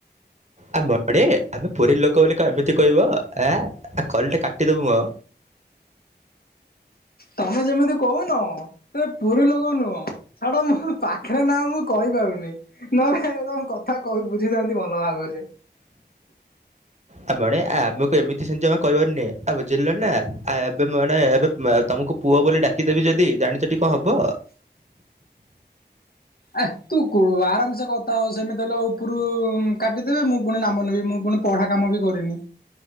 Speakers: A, on the right; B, on the left.
A: ଆ ମଣି ଆମେ ପୁରୀ ଲୋକ ବୋଲି କଁ ଏମିତି କହିବ ଏଁ ଆ କରେଣ୍ଟ କାଟିଦେବୁ ମ।
B: ତମେ ଯେମିତି କହୁନ ଏ ପୁରୀ ଲୋକ ନୁହଁ ଛାଡ ମୋ ପାଖରେ ନାହଁ ମୁଁ କହିପାରୁନି ନହେଲେ ତମ କଁ କଥା କହି ବୁଝିଥାନ୍ତି ଭଲ ଭାବରେ
A: ଆ ମଣି ଆମକୁ ଏମିତି ସେମିତି ଯମା କହିବନି ଆଉ ବୁଝିଲ ନା ଆ ଏବେ ମଣି ଏବେ ତମକୁ ପୁଅ ବୋଲି ଡାକିଦେବି ଯଦି ଜାଣିଚ ଟି କଁ ହବ?
B: ଏ ତୁ କୁ ଆରାମସେ କଥା ଆଉ ସେମିତି ହେଲେ ଉପୁରୁ କାଟିଦେବେ ମୁଁ ପୁଣି ନାମ ନେବି ମୁଁ ପୁଣି ପଢା କାମ ବି କରିନି।